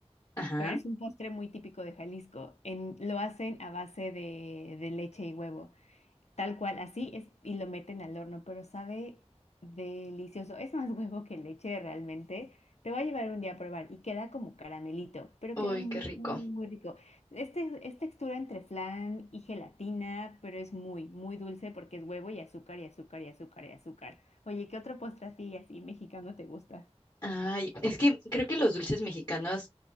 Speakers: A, on the left; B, on the left.
A: Ajá.
B: pero es un postre muy típico de Jalisco. En, lo hacen a base de, de leche y huevo. Tal cual, así es, y lo meten al horno, pero sabe delicioso. Es más huevo que leche realmente. Te voy a llevar un día a probar y queda como caramelito, pero
A: Uy,
B: queda muy,
A: qué rico.
B: muy rico. Este es textura entre flan y gelatina, pero es muy, muy dulce porque es huevo y azúcar y azúcar y azúcar y azúcar. Oye, ¿qué otro postre a ti así mexicano te gusta?
A: Ay, es que <laughs> creo que los dulces mexicanos,